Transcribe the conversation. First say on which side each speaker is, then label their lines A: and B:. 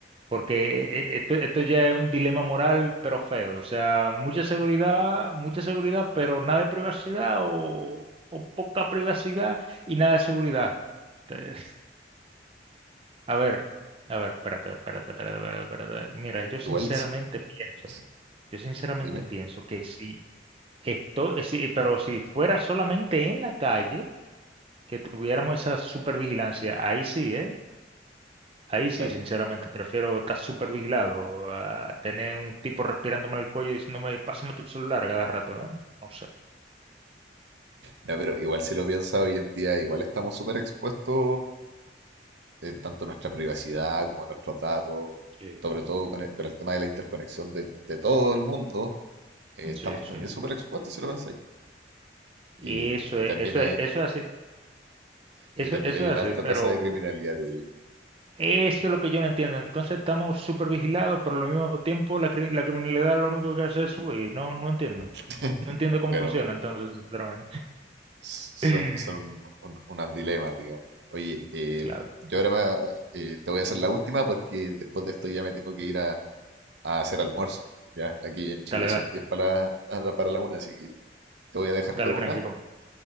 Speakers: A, on the right; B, on the right.
A: porque eh, esto, esto ya es un dilema moral, pero feo, o sea, mucha seguridad, mucha seguridad, pero nada de privacidad o, o poca privacidad y nada de seguridad. <laughs> A ver, a ver, espérate, espérate, espérate, espérate, espérate. Mira, yo
B: Igual,
A: sinceramente
B: si-
A: pienso,
B: si-
A: yo sinceramente
B: dime,
A: pienso que si esto, si, pero si fuera solamente en la calle, que tuviéramos esa supervigilancia, ahí sí, ¿eh? Ahí
B: claro.
A: sí, sinceramente, prefiero estar supervigilado a tener un tipo respirándome en el cuello y diciéndome, pásame tu celular a cada rato, ¿eh? No sé.
B: No, pero igual si lo piensas hoy en día, igual estamos súper expuestos, eh, tanto nuestra privacidad como nuestros datos,
A: Sí,
B: sobre todo con el, con el tema de la interconexión de, de todo el mundo, eh, estamos
A: sí, sí.
B: también súper expuestos si lo pensáis.
A: Y
B: Y,
A: eso
B: y
A: es,
B: también
A: eso
B: hay,
A: es, eso es así, eso,
B: y también
A: eso
B: hay
A: es
B: una alta
A: así, pero...
B: tasa de criminalidad, te digo.
A: Eso es lo que yo no entiendo. Entonces estamos súper vigilados, pero al mismo tiempo la, cri- la criminalidad lo único que hace es subir. No, no entiendo.
B: <laughs>
A: No entiendo cómo
B: Claro,
A: funciona
B: bueno,
A: entonces, sinceramente.
B: s- son,
A: <laughs>
B: son un- un- unos dilemas, digamos. Oye, eh,
A: Claro.
B: yo ahora me- eh, te voy a hacer la última porque después de esto ya me tengo que ir a a hacer almuerzo. Ya, aquí en Chile
A: Dale,
B: son
A: da-
B: 10 para la, para la una, así que te voy a dejar
A: dale,
B: con
A: tranquilo.
B: una,